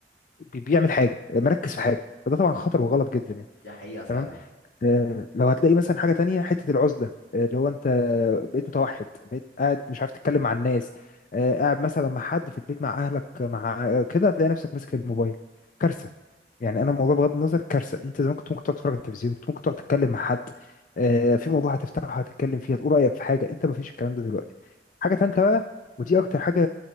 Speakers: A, on the left; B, on the left.
A: بي- بيعمل حاجه مركز في حاجه فده طبعا خطر وغلط جدا يعني
B: دي حقيقه فعلا
A: تمام آه، لو هتلاقي مثلا حاجة تانية حتة العزلة آه، اللي هو انت بقيت متوحد بقيت قاعد مش عارف تتكلم مع الناس آه، قاعد مثلا مع حد في البيت مع اهلك مع كده هتلاقي نفسك ماسك الموبايل كارثة يعني انا الموضوع بغض النظر كارثة انت زمان كنت ممكن تقعد تتفرج على التلفزيون كنت ممكن تقعد تتكلم مع حد آه، في موضوع هتفتحه هتتكلم فيه هتقول رأيك في حاجة انت مفيش الكلام ده دلوقتي حاجة تانية بقى ودي اكتر حاجة